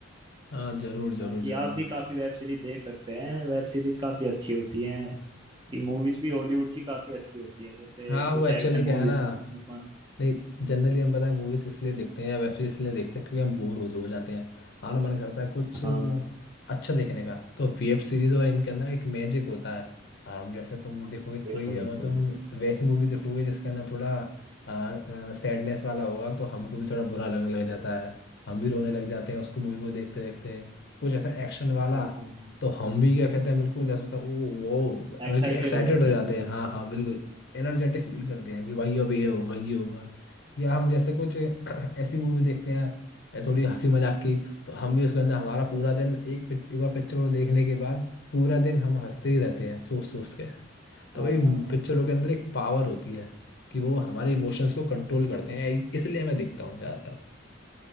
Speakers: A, on the left (about 55°); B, on the right (about 25°).
A: हाँ जरूर जरूर
B: बाकी
A: जरूर
B: आप भी काफी वेब सीरीज देख सकते हैं वेब सीरीज काफी अच्छी होती हैं कि मूवीज भी हॉलीवुड की काफी अच्छी होती है जैसे
A: हाँ वो
B: कुछ
A: एक्चुअली
B: एक्शन
A: क्या
B: मूवीज
A: है ना
B: देखने को आने-
A: नहीं जनरली हम पता है मूवीज इसलिए देखते हैं या वेब सीरीज इसलिए देखते हैं क्योंकि हम बोर हो हो जाते हैं हमारा मन करता है कुछ
B: हाँ
A: अच्छा देखने का तो वेब सीरीज और इनके अंदर एक मैजिक होता है और हम जैसे तुम देखोगे कोई
B: बिल्कुल
A: अगर
B: बिल्कुल
A: तुम वैसी मूवी देखोगे जिसके अंदर थोड़ा सैडनेस वाला होगा तो हमको भी थोड़ा बुरा लगने लग जाता है हम भी रोने लग जाते हैं उसको मूवी को देखते देखते कुछ ऐसा एक्शन वाला
B: हाँ हाँ
A: तो हम भी क्या कहते हैं बिल्कुल ऐसा होता है ओ वो बल्कि
B: एक्साइटेड
A: एक्साइटेड
B: हो जाते
A: हो जाते
B: हैं हम भी बहुत
A: हैं हाँ हाँ बिल्कुल एनर्जेटिक फील करते हैं कि भाई अब ये होगा ये होगा या हम जैसे कुछ <clears throat> ऐसी मूवी देखते हैं या थोड़ी हंसी मजाक की तो हम भी उसके अंदर हमारा पूरा दिन एक पिक- एक बार पिक्चर को देखने के बाद पूरा दिन हम हंसते ही रहते हैं सोच सोच के तो
B: हाँ
A: भाई पिक्चरों
B: बिल्कुल
A: के अंदर एक पावर होती है कि वो हमारे इमोशंस को कंट्रोल करते हैं इसलिए मैं देखता हूँ ज़्यादातर